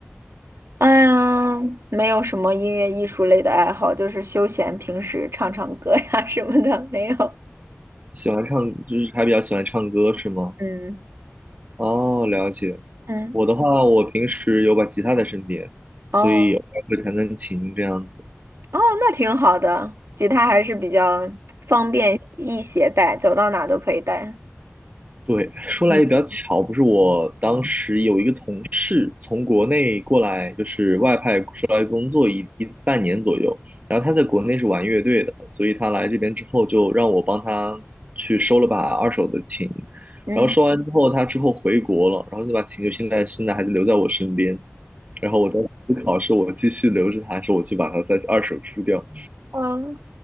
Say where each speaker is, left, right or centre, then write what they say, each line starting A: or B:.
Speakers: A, on the right (about 70°); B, on the right (about 35°).
A: 哎呀，没有什么音乐艺术类的爱好，就是休闲，平时唱唱歌呀 <laughs> 什么的，没有。
B: 喜欢唱，就是还比较喜欢唱歌是吗？
A: 嗯
B: 哦，了解。
A: 嗯，
B: 我的话，我平时有把吉他在身边，
A: 哦
B: 所以偶尔会弹弹琴这样子。
A: 哦，那挺好的，吉他还是比较方便易携带，走到哪都可以带。
B: 对，说来也比较巧，
A: 嗯，
B: 不是我当时有一个同事从国内过来，就是外派出来工作一一半年左右，然后他在国内是玩乐队的，所以他来这边之后就让我帮他去收了把二手的琴，
A: 嗯
B: 然后收完之后他之后回国了，然后那把琴就现在现在还留在我身边，然后我在思考是我继续留着它，还是我去把它再二手出掉。
A: 哦，